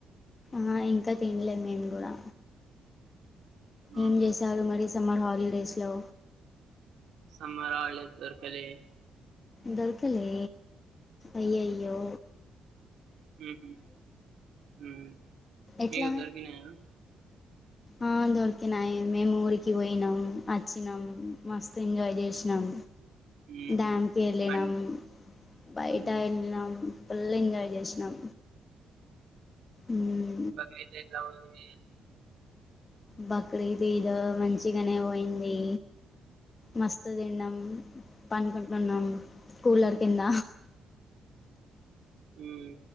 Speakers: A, on the left (about 30°); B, on the right (about 70°).
A: ఆ ఇంకా తిన్లే మేము కూడా ఏం
B: ఆహా
A: చేశారు మరి సమ్మర్ హాలిడేస్లో
B: సమ్మర్ హాలీడేస్ దొర్కలే
A: దొర్కలే అయ్యాయో
B: ఉహు ఉ
A: ఎట్లా
B: మీకు దొరికినయ
A: ఆ దొరికినాయి మేము ఊరికి పోయినాం వచ్చినాం మస్తు ఎంజాయ్ చేస్నాం
B: ఉహు
A: డెమ్మకెళ్లినం
B: పన్
A: బయటా
B: ఉమ్
A: ఏళ్లినం ఫుల్ ఎంజాయ్ చెస్నం ఉ
B: బక్రీద్ ఎట్ల పోయింది
A: బక్రీద్ ఈద్ మంచిగానే పోయింది మస్తు తిన్నాం పనుకుంటున్నాం కూలర్ కింద
B: ఉమ్మ్